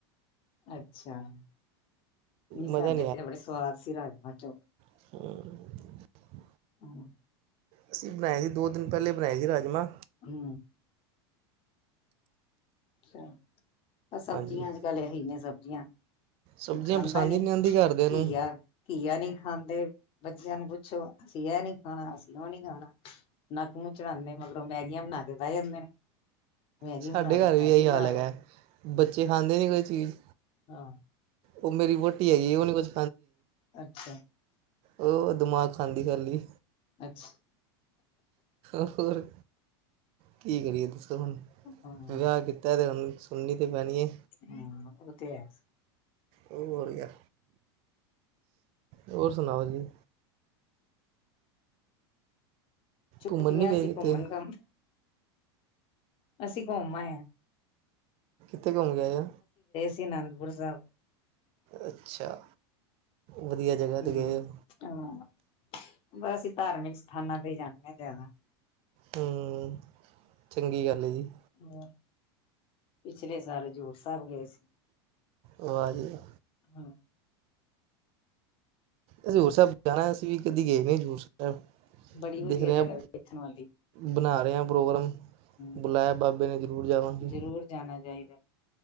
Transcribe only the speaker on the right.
ਮਜ਼ਾ
ਹੂੰ
ਅਸੀਂ ਬਣਾਏ ਸੀ ਦੋ ਦਿਨ ਪਹਿਲੇ ਬਣਾਏ ਸੀ ਰਾਜਮਾਂ
ਹਾਂਜੀ
ਸਬਜ਼ੀਆਂ
ਪਸੰਦ
ਹੀ ਨਹੀਂ ਆਉਂਦੀ ਘਰਦਿਆਂ ਨੂੰ
ਸਾਡੇ
ਘਰ
ਇਹੀ
ਹਾਲ ਹੈਗਾ
ਬੱਚੇ ਖਾਂਦੇ ਨੇ ਕੁਝ।
ਉਹ ਮੇਰੀ ਵਹੁਟੀ ਹੈਗੀ ਉਹ ਨਹੀਂ ਕੁਛ
ਬਹੁਤ ਦਿਮਾਗ ਖਾਂਦੀ ਰਹਿੰਦੀ।
ਹੋਰ ਕੀ ਕਰੀਏ ਤੁਸੀ। <unintelligible>
ਵਿਆਹ ਕੀਤਾ ਕੀਤਾ ਤੇ ਹ ਸੁਨੀ ਤੇ ਪੈਣੀ ਏ
ਹੋਰ ਕਿਆ ਹੋਰ ਸੁਣਾਓ ਜੀ
ਘੁੰਮਣ ਨਹੀਂ ਗਏ
ਕਿਤੇ
ਕਿੱਥੇ ਘੁੰਮ ਕੇ ਆਏ ਜੇ
ਅੱਛਾ ਵਧੀਆ ਜਗ੍ਹਾ ਤੇਤੇ
ਗਏ ਹੋ
ਹੂੰ ਚੰਗੀ ਗੱਲ ਏ ਜੀ
ਵਾਹ ਜੀ ਵਾਹ
ਹਜ਼ੂਰ ਸਾਹਿਬ ਜਾਣਾ ਅਸੀਂ ਵੀ ਕਦੇ ਗਏ ਨ ਹਜ਼ੂਰ ਸਾਹਿਬ
ਦੇਖ ਰਹੇ
ਹ
ਬਣਾ ਰਹੇ ਹ ਪ੍ਰੋਗਰਾਮ
ਬੁਲਾਇਆ ਬਾਬੇ ਨੇ ਜ਼ਰੂਰ ਜਾਵਾਂਗੇ।